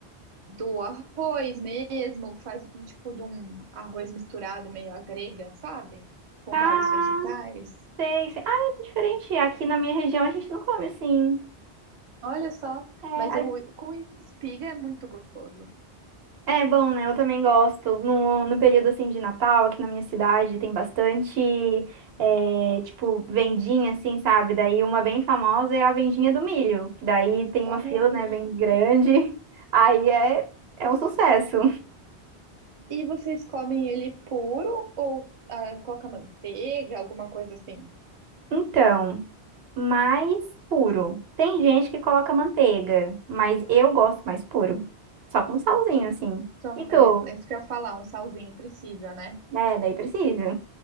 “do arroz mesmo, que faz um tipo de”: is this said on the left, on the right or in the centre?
Right